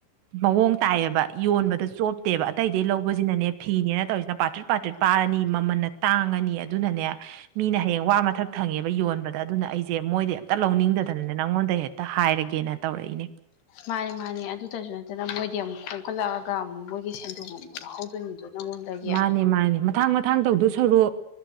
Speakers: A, on the right; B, on the left.
A: ꯃꯌꯣꯡ ꯇꯥꯏꯑꯕ ꯌꯣꯟꯕꯗ ꯆꯣꯞꯇꯦꯕ ꯑꯇꯩ ꯂꯧꯕꯁꯤꯅꯅꯦ ꯐꯤꯅꯦꯅ ꯇꯧꯔꯤꯁꯤꯅ ꯄꯥꯇ꯭ꯔꯤꯠ ꯄꯥꯇ꯭ꯔꯤꯠ ꯄꯥꯔꯅꯤ ꯃꯃꯟꯅ ꯇꯥꯡꯉꯅꯤ ꯑꯗꯨꯅꯅꯦ ꯃꯤꯅ ꯍꯌꯦꯡ ꯋꯥ ꯃꯊꯛ ꯊꯪꯉꯦꯕ ꯌꯣꯟꯕꯗ ꯑꯗꯨꯅ ꯑꯩꯁꯦ ꯃꯣꯏ <unintelligible> ꯍꯦꯛꯇ ꯂꯧꯅꯤꯡꯗꯗꯅꯅꯦ ꯅꯪꯉꯣꯟꯗ ꯍꯦꯛꯇ ꯍꯥꯏꯔꯒꯦꯅ ꯇꯧꯔꯛꯏꯅꯦ
B: ꯃꯥꯅꯦ ꯃꯥꯅꯦ ꯑꯗꯨꯗꯁꯨ ꯅꯠꯇꯅ ꯃꯣꯏꯗꯤ ꯑꯃꯨꯛ ꯈꯣꯝꯀꯠꯂꯛꯑꯒ ꯑꯃꯨꯛ ꯃꯣꯏꯒꯤ ꯁꯦꯟꯗꯣꯡ ꯑꯃꯨꯛ ꯂꯧꯍꯧꯗꯣꯏꯅꯤꯗꯣ ꯅꯪꯉꯣꯟꯗꯒꯤ
A: ꯃꯥꯅꯦ ꯃꯥꯅꯦ ꯃꯊꯥꯡ ꯃꯊꯥꯡ ꯇꯧꯗꯨ ꯁꯔꯨ